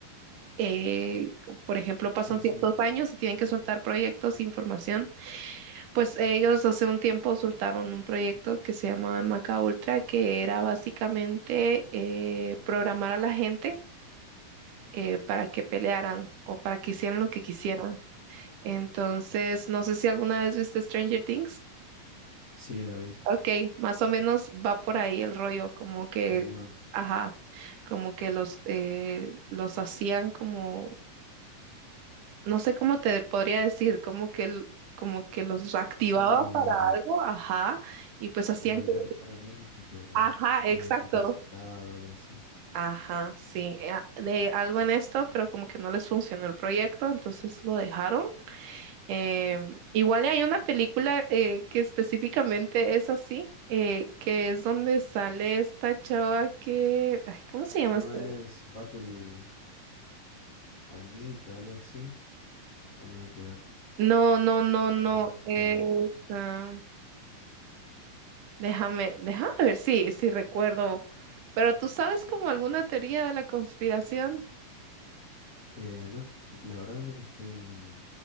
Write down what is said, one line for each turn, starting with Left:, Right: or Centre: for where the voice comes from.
Right: eh, por ejemplo, pasan
Left: Sí, sí.
Right: ciertos años y tienen que soltar proyectos, información. Pues ellos hace un tiempo soltaron un proyecto que se llamaba MK Ultra, que era básicamente eh, programar a la gente eh, para que pelearan o para que hicieran lo que quisieran. Entonces, no sé si alguna vez viste Stranger Things.
Left: Sí, la vi.
Right: Ok, más o menos va por ahí el rollo, como que,
Left: Ahí va.
Right: ajá, como que los, eh, los hacían como, no sé cómo te podría decir, como que, l- como que los activaban
Left: Hacían como,
Right: para algo, ajá, y pues hacían
Left: como el
Right: que,
Left: Capitán América, que
Right: ajá,
Left: era
Right: exacto.
Left: un super soldado, algo así.
Right: Ajá, sí, eh, a- de algo en esto, pero como que no les funcionó el proyecto, entonces lo dejaron. Em, igual hay una película eh, que específicamente es así, eh, que es donde sale esta chava que... Ay, ¿cómo se llama
Left: ¿No
Right: esta?
Left: es Battle Anita, algo así? ¿O nada que ver?
Right: No, no, no, no.
Left: Alita.
Right: es, ah, déjame, déjame ver si, si recuerdo. Pero tú sabes como alguna teoría de la conspiración.
Left: Eh, no, <laughs> la verdad no estoy mm,